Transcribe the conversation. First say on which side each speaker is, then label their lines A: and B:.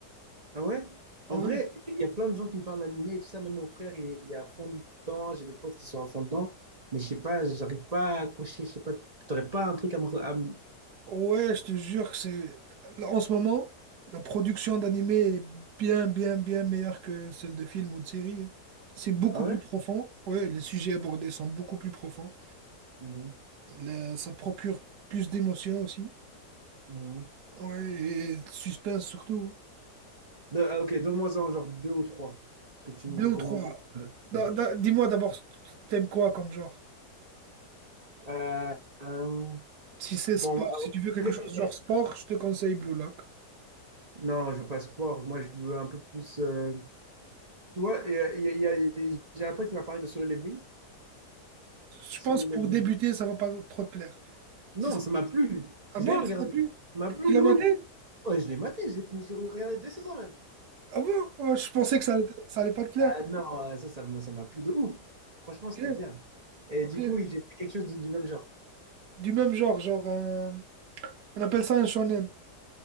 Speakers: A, on the right; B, on the right.
A: Ah ouais? En
B: Ouais.
A: vrai, il y a plein de gens qui me parlent d'animé et tout ça. Même mon frère, il est, il est à fond dedans. J'ai des potes qui sont à fond dedans. Mais je sais pas, j'arrive pas à accrocher. Je sais pas, t'aurais pas un truc à me. à me-
B: Ouais, je te jure que c'est. là, En ce moment, la production d'animés est bien, bien, bien meilleure que celle de films ou de séries. hein. C'est beaucoup
A: Ah
B: plus
A: ouais?
B: profond. Ouais, les sujets abordés sont beaucoup plus profonds.
A: Mhm.
B: Le- ça procure plus d'émotions aussi.
A: Mhm.
B: Ouais, et de suspense surtout.
A: Deux- ah, ok, donne-moi-en genre deux ou trois que tu
B: Deux
A: me recommandes.
B: ou trois. Da-
A: Ouais.
B: da- Dis-moi d'abord, t'aimes quoi comme genre?
A: Euh, euh,
B: Si c'est sport,
A: bon, bah,
B: si tu veux quelque
A: <laughs>
B: chose genre sport, je te conseille Blue Lock.
A: non, je veux pas sport. Moi, je veux un peu plus. euh, Tu vois, il y a, il y a- il y a- et j'ai un pote qui m'a parlé de solo leveling. Solo
B: Je pense pour
A: leveling.
B: débuter, ça va pas trop te plaire.
A: Non,
B: Si c'est-
A: ça m'a plu.
B: ah
A: Je
B: bon,
A: l'ai regardé.
B: ça t'a plu?
A: Ça m'a plu
B: Tu l'as
A: de ouf.
B: maté?
A: Ouais, je l'ai maté, j'ai fini, j'ai regardé deux saisons même.
B: Ah bon? Ah ouais, je pensais que ça allait, ça allait pas te plaire.
A: Ah non, euh, ça, ça, m'a ça m'a plu de ouf. Franchement,
B: Ok,
A: c'était bien. Et
B: ok.
A: du coup, j'ai fait quelque chose de- du même genre.
B: Du même genre, genre un- on appelle ça un shonen.